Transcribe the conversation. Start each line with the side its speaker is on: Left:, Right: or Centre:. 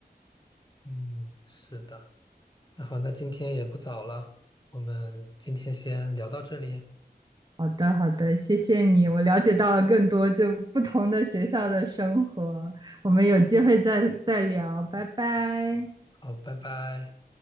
Left: 嗯，是的。那好，那今天也不早了，我们今天先聊到这里，
Right: 好的，好的，谢谢你，我了解到了更多就不同的学校的生活，我们有机会再再聊，拜拜。
Left: 好，拜拜。